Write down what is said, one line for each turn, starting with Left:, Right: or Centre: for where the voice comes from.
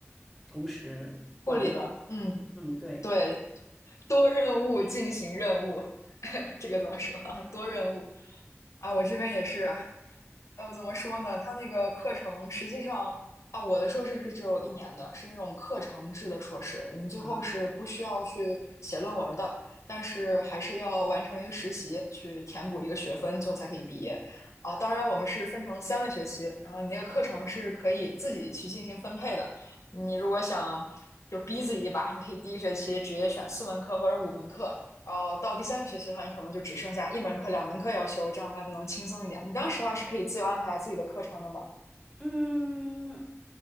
Centre: 同时管理。
Left: 护理的，嗯，
Centre: 嗯，对。
Left: 对，多任务进行任务，<laughs> 这个怎么说啊多任务啊，我这边也是，呃，怎么说呢？它那个课程实际上啊，我的硕士是只有一年的，是那种课程制的硕士。我们最后是不需要去写论文的，
Centre: 啊，
Left: 但是还是要完成一个实习，去填补一个学分，最后才可以毕业。啊，当然我们是分成三个学期，然后你那个课程是可以自己去进行分配的。你如果想就逼自己一把，你可以第一学期直接选四门课或者五门课，然后到第三个学期的话，你可能就只剩下一门课、两门课要修，这样的话就能轻松一点。你当时的话是可以自由安排自己的课程的吗？
Centre: 嗯，